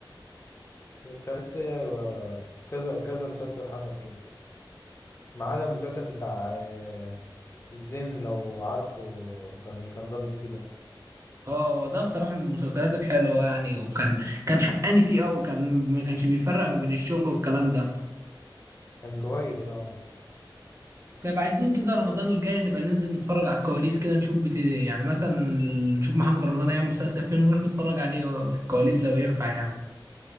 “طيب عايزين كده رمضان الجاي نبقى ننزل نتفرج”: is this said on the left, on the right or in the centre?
Right